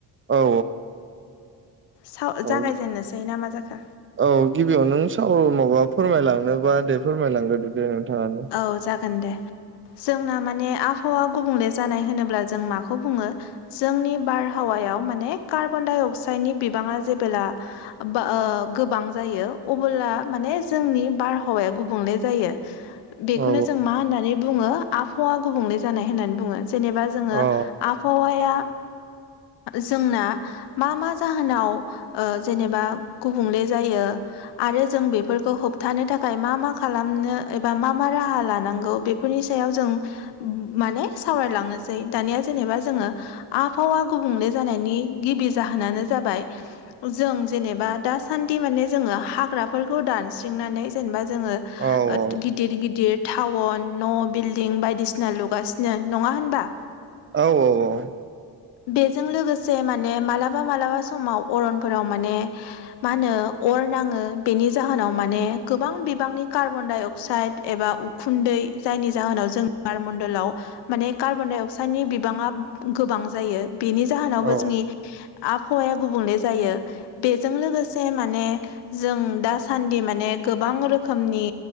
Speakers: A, on the right; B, on the left.
A: औ औ
B: साव
A: औ औ।
B: जागायजेननोसै ना मा जाखो
A: औ गिबियाव नों साव माबा फोरमायलांनोबा दे फोरमायलांग्रोदो दे नोंथाङानो
B: औ जागोन दे जोंना माने आबहावा गुबुंले जानाय होनोब्ला जों माखौ बुङो जोंनि बारहावायाव माने कार्बन -डाइ -अक्साइडनि बिबाङा जेबोला ओ गोबां जायो अबोब्ला माने जोंनि बारहावाया गुबुंले जायो। बेखौनो
A: औ
B: जों मा होननानै बुङो आबहावा गुबुंले जानाय होननानै बुङो जेनेबा जोङो
A: औ
B: आबहावाया जोंना मा मा जाहोनाव ओ जेनेबा गुबुंले जायो। आरो जों बेफोरखौ होबथानो थाखाय मा मा खालामनो बा मा मा राहा लानांगौ बेफोरनि सायाव जों माने सावरायलांनोसै दानिया जेनेबा जोङो आबहावा गुबुंले जानायनि गिबि जाहोनानो जाबाय जों जेनेबा दासान्दि माने जोङो हाग्राफोरखौ दानस्रिंनानै जेनेबा जोङो
A: औ औ।
B: गिदिर गिदिर टाउन न' बिल्डिं बायदिसिना लुगासिनो नङा होनबा?
A: औ औ औ।
B: बेजों लोगोसे माने मालाबा मालाबा समाव अरनफोराव माने मा होनो अर नाङो बेनि जाहोनाव माने गोबां बिबांनि कार्बन डाइ अ साइड एबा उखुन्दै जायनि जाहोनाव जों गारमण्डलाव माने कार्बन डाइ अक्साइडनि बिबाङा गोबां जायो बेनि जाहोनावबो
A: औ
B: जोंनि आबहावाया गुबुंले जायो। बेजों लोगोसे माने जों दासान्दि माने गोबां रोखोमनि